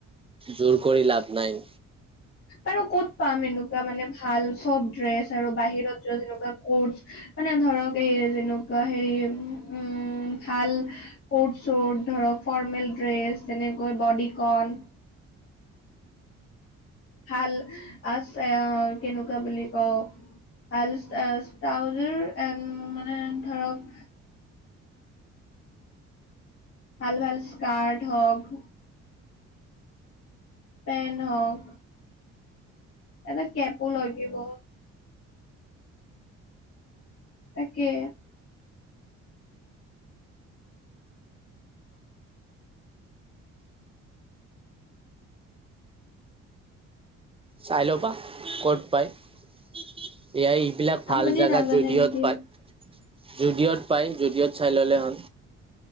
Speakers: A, on the right; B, on the left.
A: জোৰ কৰি লাভ নাই।
B: আৰু ক'ত পাম এনেকুৱা মানে ভাল চব ড্ৰেছ আৰু বাহিৰত যোৱা যেনেকুৱা কট মানে ধৰক এই যেনেকুৱা হেৰি উম ভাল ক'ট চুট ধৰক ফৰ্মেল ড্ৰেছ তেনেকৈ বডিকন ভাল আ আহ কেনেকুৱা বুলি কওঁ ভাল আ ট্ৰাউজাৰ এণ্ড মানে ধৰক ভাল ভাল স্কাৰ্ট হওক পেণ্ট হওক এটা কেপো লৈ দিব তাকে
A: চাই ল'বা ক'ত পাই। এইয়াৰ এইবিলাক ভাল
B: আপুনি
A: জাগাত
B: নাজানে
A: জুডিঅ'ত
B: নেকি
A: পায়। জুডিঅ'ত পায় জুডিঅ'ত চাই ল'লে হ'ল।